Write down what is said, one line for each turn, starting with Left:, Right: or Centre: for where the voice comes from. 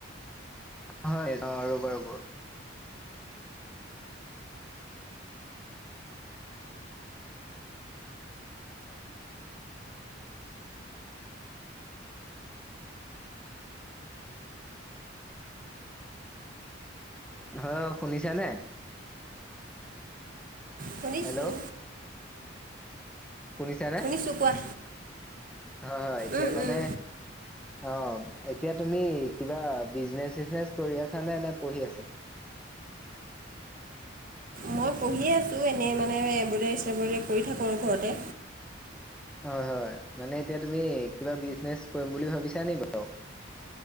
Centre: হয়, অ', ৰ'ব ৰ'ব। হয় শুনিছা নে?
Right: শুনিছোঁ।
Centre: হেল্ল' শুনিছা নে?
Right: শুনিছোঁ কোৱা।
Centre: হয়, হয় এতিয়া
Right: উম
Centre: মানে
Right: উম
Centre: অ' এতিয়া তুমি কিবা বিজনেচ চিজনেচ কৰি আছানে নে পঢ়ি আছা?
Right: মই পঢ়ি আছোঁ, এনে মানে এম্ব্ৰইডেৰী চেমব্ৰইডেী কৰি থাকোঁ আৰু ঘৰতে।
Centre: হয় হয় মানে এতিয়া তুমি কিবা বিজনেচ কৰিম বুলি ভাবিছা নি বাৰু?